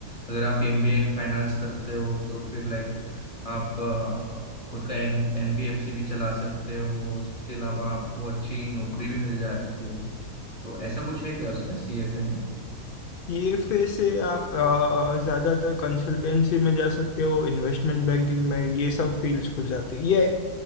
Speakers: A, on the left; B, on the left.
A: अगर आप एमबीए इन फाइनेंस करते हो तो फिर लाइक आप अ, खुद का एम एनबीएफसी भी चला सकते हो उसके अलावा आपको अच्छी नौकरी भी मिल जाती है तो ऐसा कुछ है क्या उसमें सीएफए में
B: पीएफए से आप अ, ज्यादातर कंसल्टेंसी में जा सकते हो इन्वेस्टमेंट बैंकिंग में ये सब फील्ड्स खुल जाती है ये